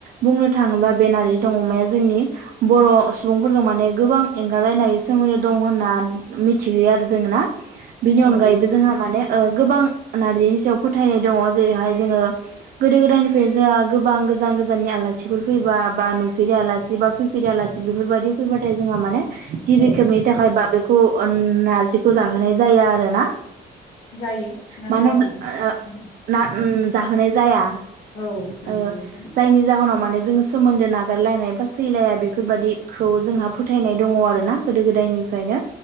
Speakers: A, on the right; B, on the left.
A: बुंनो थाङोब्ला बे नारजिदों अमाया जोंनि बर' सुबुंफोरजों माने गोबां एंगारलायनो हायि सोमोन्दो दं होनना मिथिहोयो आरो जों ना बिनि
B: औ
A: अनगायैबो
B: नंगौ
A: जोंहा माने ओ गोबां नारजिनि सायाव फोथायनाय दङ जेरैहाय जोङो गोदो गोदायनिफ्राय जोंहा गोबां गोजान गोजाननि आल लासिफोर फैबा बा नुफेरि आलासि बा फैफेरि आलासि बेफोरबायदि फैबा थाय जोंहा माने गिबि
B: औ
A: खेबनि थाखाय बा बे खौ ओन नारजिखौ जाहोनाय जायो आरो ना
B: जायो ना
A: मानो
B: जाया
A: <unintelligible>
B: नोंथां
A: ना जाहोनाय जाया
B: औ नंगौ
A: ओ
B: नोंथां
A: जायनि जाहोनाव माने जों सोमोनदो नागारलायनाय बा सैलाया बेफोरबायदिखौ जों फोथायनाय दङ आरोना गोदो गोदायनिफ्रायनो